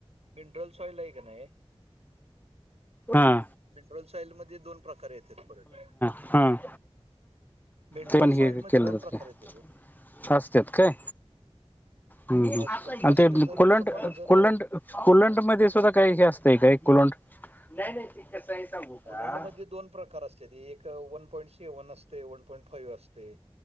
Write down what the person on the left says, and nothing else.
हा
हम्म.
ते पण हे
केलं
जात.
फास्ट आहेत काय? हम्.
आणि ते
कोलंड,
कोलंड- कोलंड मध्ये सुद्धा काही हे असतय का? कोलंड. नाही नाही ते कसंय सांगू का?